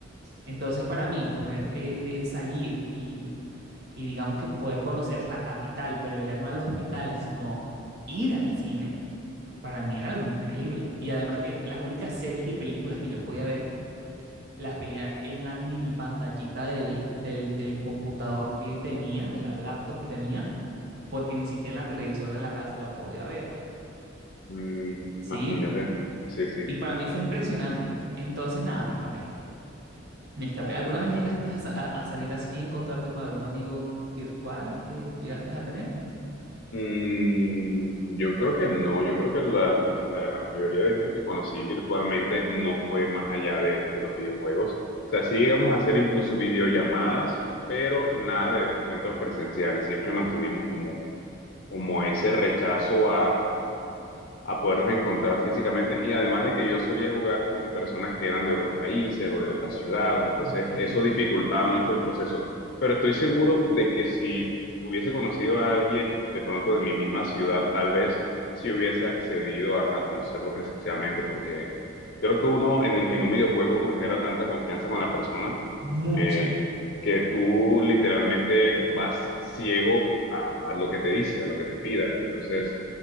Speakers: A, on the right (about 55°); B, on the left (about 50°).
A: Entonces, para mí, poder eh, eh, salir y, y, digamos que poder conocer la capital, pero ya no al hospital, sino ir al cine, para mí era algo increíble. Y además que las únicas series y películas que yo podía ver, las veía en la mini pantallita del, del, del computador que tenía, de la laptop que tenía, porque ni siquiera en la televisor de la casa lo podía ver,
B: Mm,
A: ¿sí?
B: imagínate, sí, sí.
A: Y para mí fue impresionante. Entonces, nada, me escapé. Me escapé.
B: O-
A: ¿Alguna vez llegaste a, sa- a- a salir así, a encontrarte con algún amigo virtual que llegaste a tener?
B: Mm, yo creo que no, yo creo que la, la mayoría de gente que conocí virtualmente no fue más allá de, de los videojuegos. O sea, sí llegamos a hacer incluso videollamadas, pero nada de encuentros presenciales. Siempre mantuvimos como, como ese rechazo a podernos encontrar físicamente. Y además de que yo solía jugar con personas que eran de otros países o de otras ciudades, entonces
A: Ok.
B: eso dificultaba mucho el proceso. Pero estoy seguro de que si hubiese conocido a alguien de pronto de mi misma ciudad, tal vez si hubiese accedido a, a conocerlo presencialmente, porque creo que uno en, en un videojuego uno genera tanta confianza con la persona.
A: Mucha.
B: eh, que tú literalmente vas ciego a, a lo que te dice, a lo que te pida. Entonces,